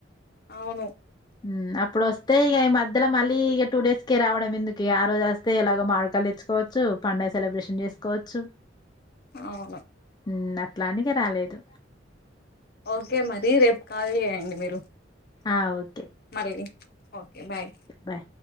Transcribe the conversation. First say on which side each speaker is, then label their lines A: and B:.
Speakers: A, on the left; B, on the left.
A: అవును
B: ఉమ్ అప్పుడు వస్తే ఇగ ఈ మధ్యల మళ్ళీ ఇగ టూ డేస్ కే రావడం ఎందుకిగా ఆ రోజు అస్తే ఎలాగో మాడికాయలు తెచ్చుకోవచ్చు, పండుగ సెలబ్రేషన్ చేసుకోవచ్చు.
A: అవును.
B: ఉమ్ అట్లా అని ఇగ రాలేదు.
A: ఓకే మరి, రేపు కాల్ చేయంండి మీరు.
B: ఆ వచ్
A: మరేది ఓకే బాయ్.
B: బాయ్